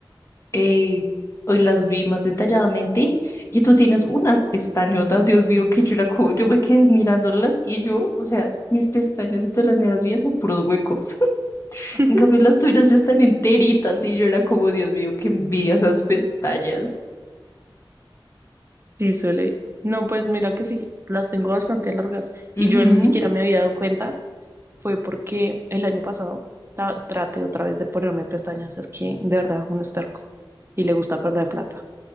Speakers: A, on the left (about 35°); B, on the right (about 30°).
A: Eh, hoy las vi más detalladamente y tú tienes unas pestañotas, Dios mío, qué churaco. Yo me quedé mirándolas y yo, o sea, mis pestañas y tú las miras bien son puros huecos. <laughs>
B: <laughs>
A: En cambio, las tuyas están enteritas y yo era como, Dios mío, qué envidia esas pestañas.
B: Sí, suele. No, pues mira que sí, las tengo bastante largas
A: mhm
B: y yo ni siquiera me había dado cuenta fue porque el año pasado ta- traté otra vez de ponerme pestañas. Es que de verdad uno es terco y le gusta perder plata.